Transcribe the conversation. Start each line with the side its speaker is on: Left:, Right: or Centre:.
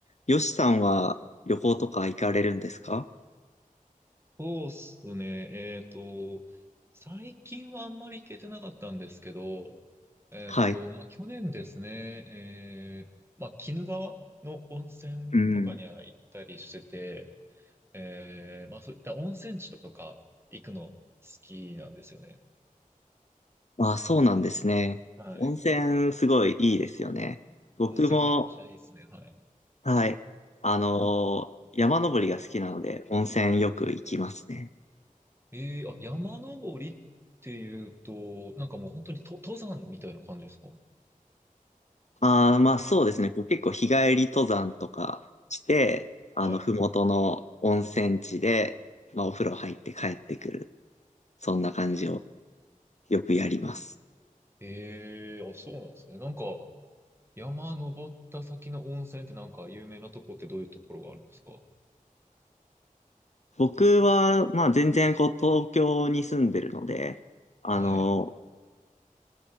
Left: よしさんは旅行とか行かれるんですか
Right: そうっすね。えっと、最近はあんまり行けてなかったんですけど、えっと、
Left: はい。
Right: まあ、去年ですね、えー、まあ、鬼怒川の温泉とかには行ったりしてて、
Left: うん。
Right: えー、まあ、そういった温泉地とか行くの好きなんですよね。
Left: まあ、そうなんですね。
Right: はい。
Left: 温泉すごいいいですよね。僕も、
Right: 温泉めっちゃいいですね。は
Left: はい。あのー山登りが好きなので、温泉よく行きますね。
Right: い。えー、あ、山登りっていうと、なんかもう本当にと登山みたいな感じですか
Left: まあー、まあそうですね。こう結構日帰り登山とかして、あの、
Right: はい。
Left: ふもとの温泉地で、まあお風呂入って帰ってくる。そんな感じをよくやります。
Right: ええあ、そうなんですね。なんか、山登った先の温泉ってなんか有名なとこってどういうところがあるんですか
Left: 僕は、まあ全然こう東京に住んでるので、あの、
Right: はい。